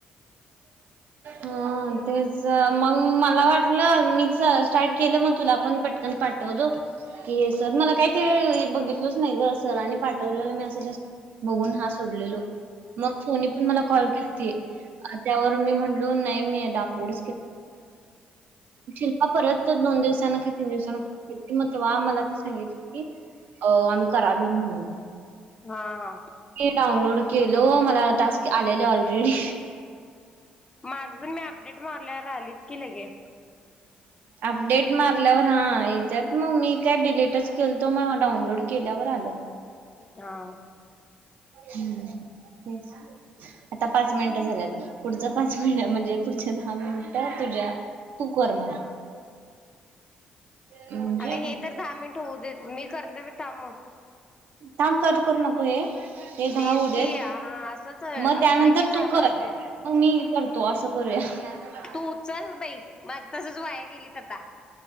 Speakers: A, on the right; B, on the left.
A: हा तेच मग मला वाटलं मीच स्टार्ट केलं मग तुला पण पटकन पाठव दो हे सर मला काही ते बघितलंच नाही गर सर आणि पाठवलेलं मी असं जास्त बघून हा सोडलेलो मग सोनी पण मला कॉल केली त त्यावर मी म्ह ी डालोड शि परत दोन दिव तीन दिव मग तेव्हा मला ते सांगितले की अ आम्ही करालोय म्हणून
B: हा हा
A: डाउनलोड केलो मला टास्क आलेले ऑलरेडी
B: माझ पण मी अपडेट मारल्यावर राहिलीत की लगे
A: अपडेट मारल्यावर हा याच्यात मग मी काय डिलेटच केलतो मग डाउनलोड केल्यावर लं
B: हा
A: हम्म तेच आता पाच मिनिटं झाल्यात पुढच पाच मिनिटं म्हणजे पुढच्या दहा मिनिटं तुझ्या तूकर मला म्हणजे
B: अगं हे तर दहा मिनिट होऊ देत मी करते थांब.
A: थांब कट करू नको हे. ते धाव
B: तेच
A: देत
B: की हा असंच
A: मग
B: असू
A: त्यानंतर
B: दे की
A: तू
B: चालू
A: कर,
B: असू दे
A: मग मी करतो असं करूया. <unintelligible>
B: तू उचल बाई, मझ तसच वाया गेलीत आता.